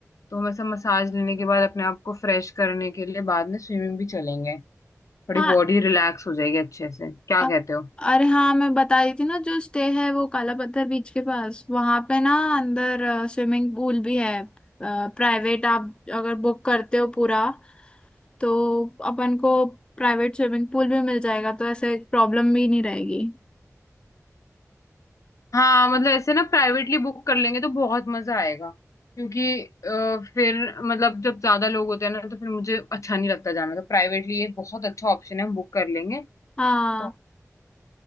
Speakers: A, on the left; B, on the left.
A: तो हम ऐसा मसाज लेने के बाद अपने आप को फ्रेश करने के लिए बाद में स्विमिंग भी चलेंगे थोड़ी
B: हाँ
A: बॉडी रिलैक्स हो जाएगी अच्छे से क्या
B: अ-
A: कहते हो
B: अरे हाँ मैं बता रही थी ना जो स्टे है वो काला पत्थर बीच के पास वहां पे ना अंदर स्विमिंग पूल भी है प्राइवेट आप अगर बुक करते हो पूरा तो अपन को प्राइवेट स्विमिंग पूल भी मिल जाएगा तो ऐसे प्रॉब्लम भी नहीं रहेगी
A: हाँ मतलब ऐसे ना प्राइवेटली बुक कर लेंगे तो बहुत मजा आएगा क्योंकि अ, फिर मतलब जब ज्यादा लोग होते हैं ना तो फिर मुझे अच्छा नहीं लगता जाना तो प्राइवेटली ये बहुत अच्छा ऑप्शन है हम बुक कर लेंगे
B: हाँ
A: तो